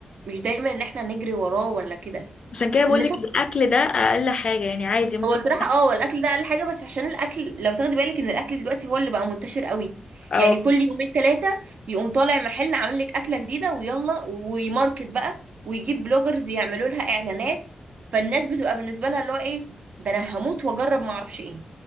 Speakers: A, on the right (about 70°); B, on the left (about 45°).
A: مش دايما ان احنا نجري وراه ولا كده
B: عشان كده
A: نفكر
B: بقولك الأكل ده أقل حاجة يعني عادي ممكن
A: هو صراحة اه هو الاكل ده اقل حاجة بس عشان الاكل لو تاخدي بالك ان الاكل دلوقتي هو اللي بقى منتشر قوي
B: أو
A: يعني كل يومين ثلاثة يقوم طالع محل عامل لك اكلة جديدة ويلا ويماركت بقى ويجيب بلوجرز يعملوا لها اعلانات فالناس بتبقى بالنسبة لها اللي هو ايه ده انا هموت واجرب ما اعرفش ايه